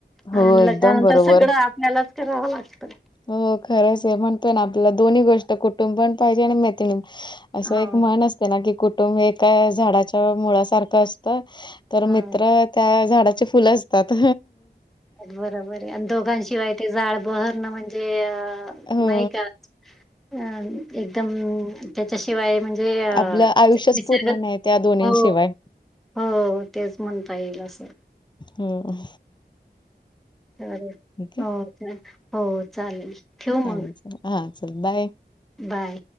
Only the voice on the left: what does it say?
हो
एकदम
बरोबर
हो खरंच आहे म्हणतोय ना आपल्याला दोन्ही गोष्ट कुटुंबयण पाहिजे आणि मैत्रिण असं
एक म्हण असते ना की कुटुंब हे एका झाडाच्या मुळसारखं असतं तर
मित्र त्या झाडाची फुल असतात
हो
आपलं आयुष्यच पूर्ण नाही त्या दोन्हींशिवाय.
हम
आहे.
चालेल
चालेल हा चल बाय